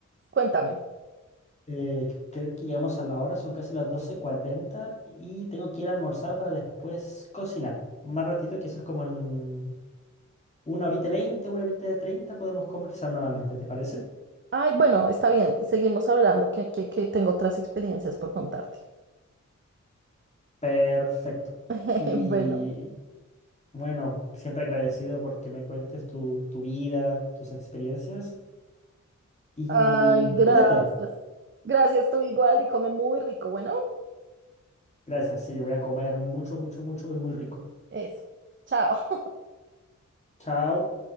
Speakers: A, on the right (about 40°); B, on the left (about 20°).
A: Cuéntame.
B: Eh, creo que llegamos a la hora, son casi las doce cuarenta y tengo que ir a almorzar para después cocinar. Más ratito, quizás como en una horita 20, una horita 30, podemos conversar nuevamente, ¿te parece?
A: Ay, bueno, está bien, seguimos hablando, que, que, que tengo otras experiencias por contarte.
B: Perfecto.
A: <laughs>
B: Y
A: Bueno,
B: bueno, siempre agradecido porque me cuentes tu, tu vida, tus experiencias y
A: ay, gracias.
B: cuídate.
A: Gracias, tú igual y come muy rico. Bueno,
B: Gracias, sí, voy a comer mucho, mucho, mucho y muy rico.
A: eso. Chao.
B: Chao.